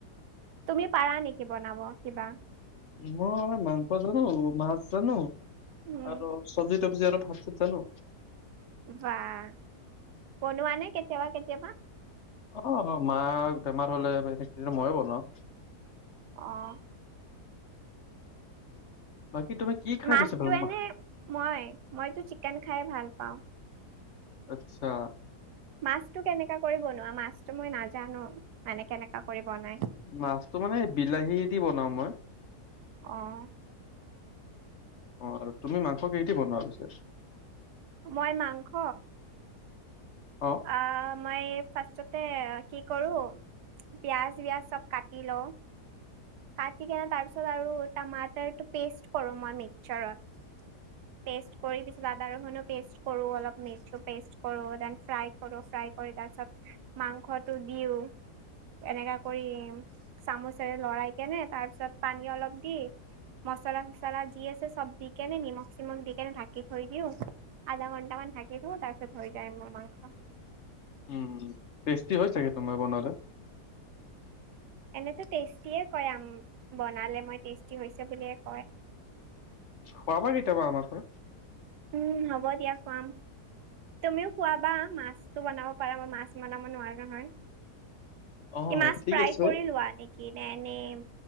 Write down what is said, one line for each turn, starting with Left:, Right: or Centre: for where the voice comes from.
Right: তুমি পাৰা নেকি বনাব কিবা?
Left: মই মাংস জানো মাছ জানো
Right: উম,
Left: আৰু সবজি তবজি আৰু ভাত চাত জানো।
Right: বাহ বনোৱা নে কেতিয়াবা কেতিয়াবা?
Left: অ', মা বেমাৰ হলে মইয়ে বনাওঁ।
Right: অ',
Left: বাকী তুমি কি খাই
Right: মাছটো
Left: বেছি ভাল
Right: এনে,
Left: মা
Right: মই মইটো চিকেন খাই ভাল পাওঁ।
Left: আচ্ছা
Right: মাছটো কেনেকা কৰি বনোৱা, মাছটো মই নাজানো মানে কেনেকা কৰি বনাই।
Left: মাছটো মানে বিলাহী দি বনাওঁ মই
Right: অ',
Left: অ', আৰু তুমি মাংস কেহেদি বনোৱা পিছা?
Right: মই মাংস
Left: অ',
Right: আ, মই ফাৰ্ষ্টতে কি কৰোঁ পিঁয়াজ বিয়াজ চব কাটি লওঁ কাটি কিনে তাৰ পিছত আৰু টামাটাৰটো পেষ্ট কৰো মই মিক্সাৰত।
Left: <inaudible>
Right: পে'ষ্ট কৰি পিছত আদা ৰহুণো পেষ্ট কৰোঁ, অলপ মেৰ্চি পে'ষ্ট কৰোঁ, দেন ফ্ৰাই কৰোঁ ফ্ৰাই কৰি তাৰপিছত মাংসটো দিও এনেকা কৰি চামুচেৰে লৰাই কেনে তাৰ পিছত পানী অলপ দি মচলা চচলা যি আছে সব দি কেনে নিমখ চিমখ দি কেনে ঢাকি থৈ দিওঁ আধা ঘণ্টা মান থাকি দিব তাৰপিছত হৈ যায় মোৰ মাংস
Left: উম, টেষ্টি হয় চাগে তোমাৰ বনালে।
Right: এনেতো টেষ্টিয়ে কয় আম বনালে মই টেষ্টি হৈছে বুলিয়ে কয়।
Left: খোৱাবা কেতিয়াবা আমাৰ ওচৰত।
Right: উম, হ'ব দিয়া খুৱাম। তুমিও খোৱাবা মাছতো বনাব পাৰা, মই মাছ বনাব নোৱাৰোঁ নহয়।
Left: অ',
Right: কি মাছ
Left: ঠিক
Right: ফ্ৰাই
Left: আছে।
Right: কৰি লোৱা নেকি নে এনেই